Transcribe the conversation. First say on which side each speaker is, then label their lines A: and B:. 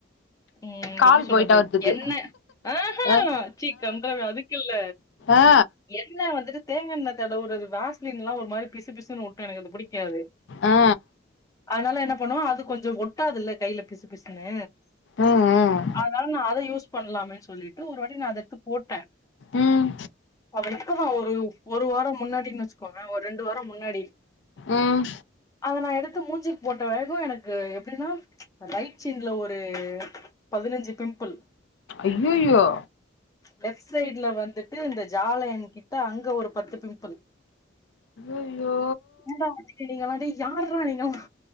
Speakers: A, on the left; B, on the left.
A: ம்
B: கால்
A: எப்டி சொல்றது
B: போயிட்டா அவர்துக்கு
A: என்ன ஆ
B: அ
A: ஆ சீ கன்றாவி அதுக் குல
B: ஆ
A: என் இல்ல வந்துட்டு தேங்கண்ணெல தடவுறது வாசலின்லா ஒரு மாரி பிச பிசு ஒட்டு எனக்கு அது புடிக் காது
B: ஆ
A: அதனால என்ன பண்ணுவோ அது கொஞ்சோ ஒட்டாதுல்ல கையில பிசு பிசுன்னு
B: ம்
A: அதனால நா அத யூஸ் பண்லாமே சொல்லிட்டு ஒரு வாட்டி நா அத எடுத்து போட்டே
B: ம்
A: அது இப்ப தா ஒரு ஒரு வாரோ முன்னாடி வச்சுக்கோங்க ஒரு ரெண்டு வாரோ முன்னாடி
B: ம்
A: அத நா எடுத்து மூஞ்சுக்கு போட்ட வேகோ எனக்கு எப்டின்னா ரைட் இச்சின்ல ஒரு பதினஞ்சு பிம்பிள்
B: ஐய்யயோ
A: லெப்ட் சைட்ல வந்துட்டு இந்த ஜாலன் கிட்ட அங்க ஒரு பத்து பிம்பிள்
B: ஐய்யயோ
A: ஏடா நீங்க நீங்களா டேய் யாறா நீங்களா